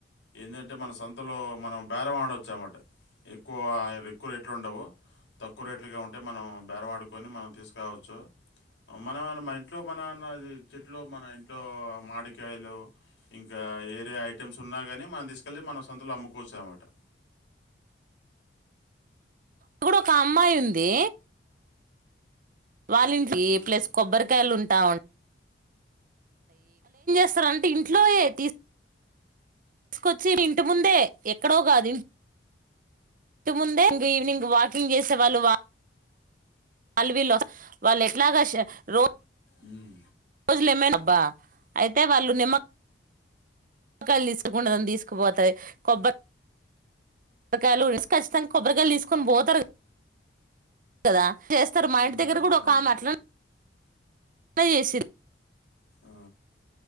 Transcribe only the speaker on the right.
అక్కడ ఒక అమ్మాయి ఉంది వాళ్ళింటి ఏ
ప్లస్ కొబ్బరికాయలుంటా అం వస్తరంటే
ఇంట్లోయే తీ తీసుకొచ్చి ఇంటి ముందే ఎక్కడో కాదు ఇంటిముందే ఇ ఈవినింగ్ వాకింగ్ చేసేవాళ్ళు వాళ్ళు వీళ్ళు వాళ్ళు ఎట్లాగా రోజ
రోజులేమేబ్బా అయితే వాళ్ళు నిమ్మ కాయలు ఇసుకుండ తీసుకుపోతాయి కొబ్బ కొబ్బరికాయలు ఉసి ఖచ్చితంగా కొబ్బరికాయలు తీసుకొని పోతారు కదా చేస్తారు మా ఇంటి
దగ్గర కూడా
ఒక ఆమె అట్ల చేసింది